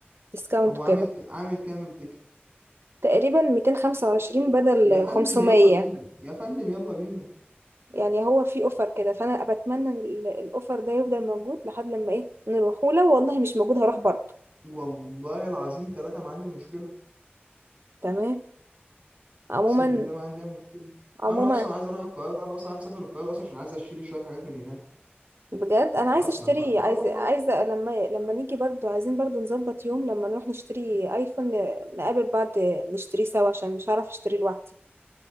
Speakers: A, on the right (about 85°); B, on the right (about 35°).
A: ديسكاونت
B: هو
A: وكده
B: عامل ك... عامل كامل تيكت
A: تقريبا 225 بدل
B: يا فندم
A: 500
B: يلا بينا يا فندم يلا بينا
A: يعني هو في اوفر كده فانا بتمنى إن ال- الاوفر ده يفضل موجود لحد لما ايه نروح ولو والله مش موجود هروح برضه
B: والله العظيم ثلاثة ما عندي مشكلة
A: تمام عموما
B: أقسم بالله ما عندي أي مشكلة
A: عموما
B: أنا أصلا عايز أروح القاهرة أنا أصلا عايز أسافر القاهرة أصلا عشان عايز أشتري شوية حاجات من هناك
A: بجد انا عايزه
B: أصلا
A: اشتري
B: بقى
A: عايزه
B: أه والله
A: عايزه لما لما نيجي برضو عايزين برضو نظبط يوم لما نروح نشتري ايفون ن- نقابل بعض نشتري سوا عشان مش هعرف اشتري لوحدي